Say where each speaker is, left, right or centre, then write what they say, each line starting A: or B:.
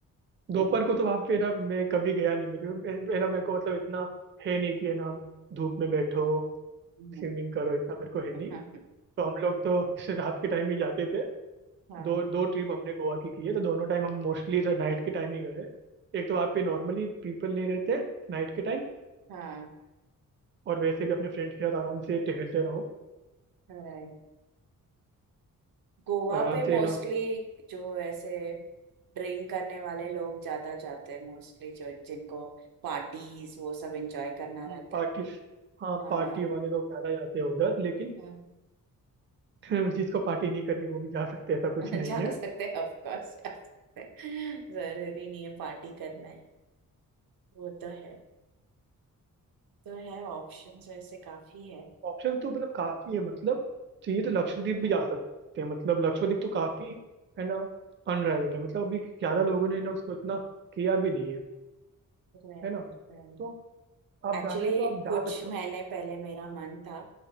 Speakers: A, on the right; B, on the right.
A: दोपहर को तो वहाँ पे ना मैं कभी गया नहीं मैं क्योंकि- है ना मेरे को मतलब इतना है नहीं कि है ना धूप में बैठो
B: नहीं
A: स्विमिंग करो इतना मेरे को है
B: <laughs>
A: नहीं
B: हाँ
A: तो हम लोग तो <laughs> रात के टाइम ही जाते थे
B: हाँ
A: दो दो ट्रिप हमने गोवा की की है तो दोनों टाइम हम मोस्टली तो नाइट के टाइम ही गए हैं एक तो आपके नॉर्मली पीपल नहीं रहते नाइट के टाइम
B: हाँ
A: और वैसे भी अपने फ्रेंड्स के साथ आराम से टहलते रहो
B: हाँ, गोवा
A: आराम
B: पे
A: से
B: मोस्टली
A: अच्छा
B: जो ऐसे ड्रिंक करने वाले लोग ज्यादा जाते हैं मोस्टली जो जिनको पार्टीज वो सब एंजॉय करना रहता
A: ना पार्टी
B: है
A: हाँ
B: हाँ
A: पार्टी वाले लोग ज़्यादा जाते हैं उधर लेकिन
B: हाँ
A: <laughs> जिसको पार्टी नहीं करनी वो भी जा सकते हैं, ऐसा कुछ
B: <laughs>
A: नहीं
B: जा
A: है
B: सकते हैं ऑफ कोर्स जा सकते हैं जरूरी नहीं है पार्टी करना ही वो तो है तो है ऑप्शंस ऐसे काफी है
A: ऑप्शन तो मतलब काफ़ी है मतलब चाहिए
B: हम्म
A: तो लक्षद्वीप भी जा सकते हैं मतलब लक्षद्वीप तो काफ़ी है ना अनराइवल्ड है मतलब अभी ज़्यादा लोगों ने ना उसको इतना किया भी नहीं है
B: Right
A: है ना
B: right.
A: तो आप
B: एक्चुअली
A: जाना है तो आप जा
B: कुछ
A: सकते
B: महीने
A: हो
B: पहले मेरा मन था